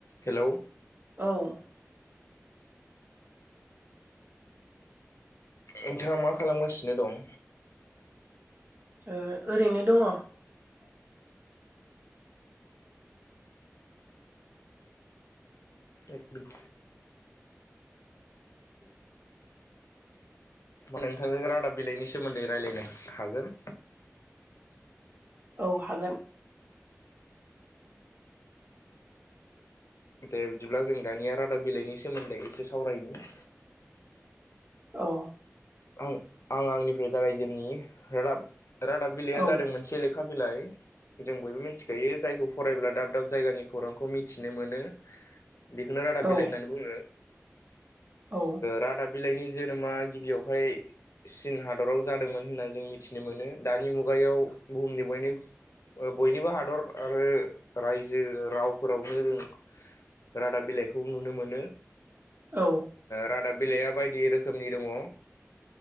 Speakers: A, on the left; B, on the right.
A: Hello
B: औ
A: नोंथाङा मा खालामगासिनो दं?
B: ओ ओरैनो दङ
A: <inaudible> एक मिट <inaudible> नोंथांनो रादाब बिलाइनि सोमोन्दै रायज्लायनो हागोन।
B: औ हागोन।
A: दे बिदिब्ला जों दानिया रादाब बिलाइनि सोमोन्दै एसे सावरायनो।
B: औ
A: आं आं आंनिफ्राय जागायजेननि रादाब -रादाब बिलाइया
B: औ
A: जादों मोनसे लेखा बिलाइ जों बयबो मिथिखायो जायखौ फरायब्ला दाब दाब जायगानि खौरांखौ मिथिनो मोनो। बेखौनो रादाब
B: औ
A: बिलाइ होननानै बुङो।
B: औ
A: रादाब बिलाइनि जोनोमा गिबियावहाय चीन हादराव जादोंमोन होनना जों मिथिनो मोनो दानि मुगायाव बुहुमनि बयनि बयनिबो हादर आरो रायजो रावफोरावनो जों रादाब बिलाइखौ नुनो मोनो।
B: औ
A: रादाब बिलाइया बायदि रोखोमनि दङ।